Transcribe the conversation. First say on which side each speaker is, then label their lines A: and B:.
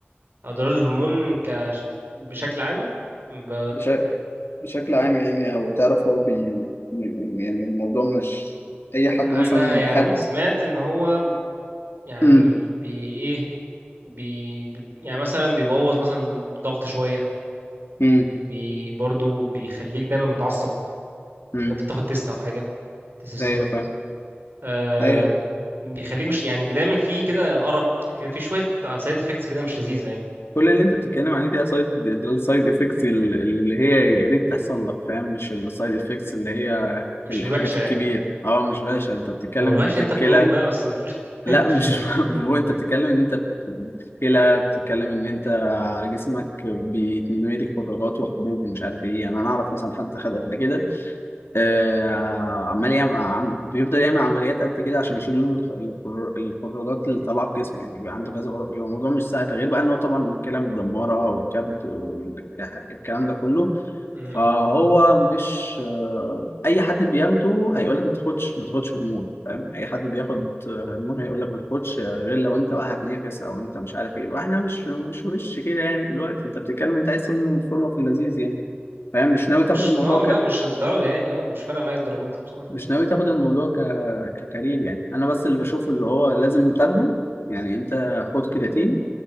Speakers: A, on the right; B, on the left.
A: اضرار الهرمون كش... بشكل عام ب...
B: بشكل بشكل عام يعني او تعرف هو بي يعني الموضوع مش اي حد
A: انا
B: مثلا
A: يعني
B: خد
A: سمعت ان هو يعني
B: امم
A: بي ايه بي بي- يعني مثلا بيبوظ مثلا ضغط شوية
B: امم
A: بي برضو بيخليك دايما متعصب بان
B: امم
A: انت بتاخد تيست او حاجة تستوستيرون
B: ايوه فاهم
A: آه
B: ايوه
A: بيخليك مش يعني دايما في كده أرق في في شوية سايد افكتس كده مش لذيذة يعني
B: كل اللي انت بتتكلم عليه دي سايد السايد افكتس اللي هي يا ريت تحصل لك فاهم مش السايد افكتس اللي هي
A: مش
B: الحاجات
A: الوحشة
B: الكبيره
A: يعني
B: اه مش باشا انت بتتكلم
A: ما هو الوحش
B: ان انت
A: انت
B: الكلى
A: بموت بقى بس مش <laughs>
B: لا
A: مش
B: مش
A: يعني.
B: <laughs> هو انت بتتكلم ان انت في كلى بتتكلم ان انت جسمك بيتملي خراجات وحبوب ومش عارف ايه يعني انا اعرف مثلا حد خد قبل كده آه، عمال يعمل عم- بيفضل يعمل عمليات قد كده عشان يشيل الخ- الخر- الخراجات اللي طالعه في جسمه يعني بيبقى عنده كذا خراج بيبقى الموضوع مش سهل غير بقى ان هو طبعا الكلى مدمره والكبد والكلام ده كله
A: مم.
B: فهو مش آه، اي حد بياخده هيقول لك ما تاخدش ما تاخدش هرمون فاهم اي حد بياخد هرمون هيقول لك ما تاخدش غير لو انت بقى هتنافس او انت مش عارف ايه واحنا مش مش وش كده يعني دلوقتي انت بتتكلم انت عايز تعمل الفورمه في اللذيذ يعني فاهم مش
A: لا
B: ناوي
A: مش
B: تاخد الموضوع
A: لا لا مش الدرجة يعني اه مش فارقة معايا الدرجة دي بصراحة
B: مش ناوي تاخد الموضوع ك... ككارير يعني انا بس اللي بشوفه اللي هو لازم تاخده يعني انت خد كرياتين